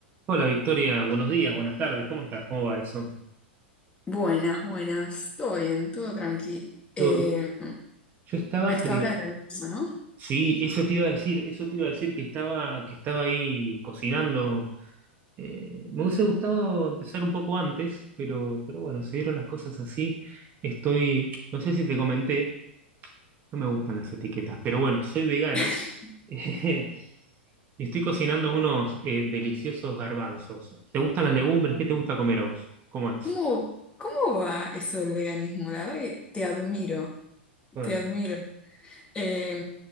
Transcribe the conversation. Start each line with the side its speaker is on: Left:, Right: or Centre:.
Right: Hola Victoria, buenos días, buenas tardes, ¿cómo estás? ¿Cómo va eso?
Left: Buenas, buenas. Todo bien, todo tranqui. Eh,
Right: ¿Todo bien? Yo estaba
Left: a esta
Right: te...
Left: hora del almuerzo, ¿no?
Right: Sí, eso te iba a decir, eso te iba a decir que estaba, que estaba ahí cocinando. Eh, me hubiese gustado empezar un poco antes, pero, pero bueno, se dieron las cosas así. Estoy, no sé si te comenté, no me gustan las etiquetas, pero bueno, soy vegano
Left: <laughs>
Right: <laughs> y estoy cocinando unos eh, deliciosos garbanzos. ¿Te gustan las legumbres? ¿Qué te gusta comer a vos? ¿Cómo es?
Left: ¿Cómo, cómo va eso del veganismo? La verdad que te admiro,
Right: ¿Cómo
Left: te
Right: es?
Left: admiro. Eh,